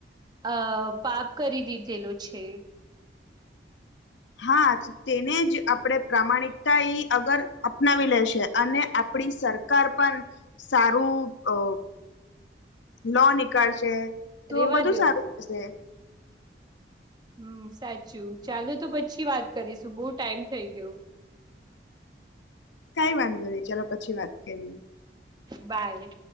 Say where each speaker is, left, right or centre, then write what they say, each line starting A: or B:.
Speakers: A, on the right (about 20°); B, on the left (about 80°).
A: અ પાપ કરી દીધેલો છે.
B: હા જ તેને જ આપણે પ્રામાણિકતા એ અગર અપનાવી લેશે અને આપણી સર. સરકાર પણ સારું અ લો નીકાળશે. તો
A: રેવા
B: બધું
A: દો
B: સારું થશે.
A: હમ સાચું ચાલુ તો પછી વાત કરીશું બહુ ટાઈમ થઈ ગયો.
B: કાઈ વાંધો નહી ચાલો પછી વાત કરીએ.
A: બાય